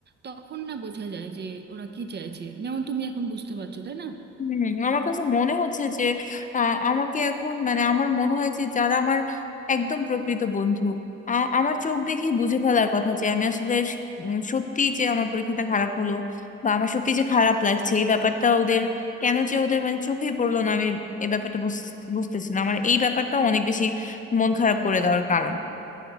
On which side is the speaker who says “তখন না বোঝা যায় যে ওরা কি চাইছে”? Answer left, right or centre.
Right